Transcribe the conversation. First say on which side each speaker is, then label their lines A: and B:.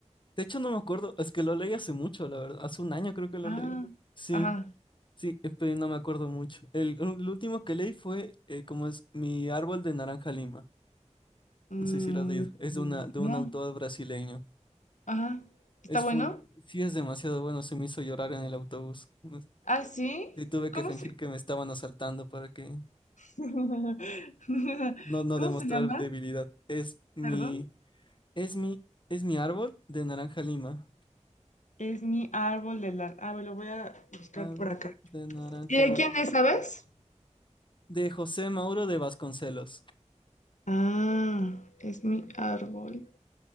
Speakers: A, on the left (about 40°); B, on the left (about 75°).
A: De hecho, no me acuerdo, es que lo leí hace mucho, la verdad, hace un año creo que lo
B: Ah,
A: leí. Sí,
B: ajá.
A: sí, eh, pero no me acuerdo mucho. El, el último que leí fue, eh, como es, Mi árbol de naranja lima.
B: Mm,
A: No sé si lo has leído, es de, una, de
B: no,
A: un autor brasileño.
B: ajá. ¿Está
A: Es
B: bueno?
A: full, sí es demasiado bueno, se me hizo llorar en el autobús. Me-
B: Ah, sí.
A: Y tuve
B: ¿Cómo
A: que fingir
B: se...
A: que me estaban asaltando para que
B: <laughs>
A: no, no
B: ¿Cómo
A: demostrar
B: se llama?
A: debilidad. Es mi,
B: Perdón.
A: es mi, es mi árbol de naranja lima.
B: Es mi árbol de la... Ah, me lo voy a buscar
A: Árbol
B: por acá.
A: de naranja
B: ¿Y de
A: lima.
B: quién es, sabes?
A: de José Mauro de Vasconcelos.
B: Ah, es mi árbol.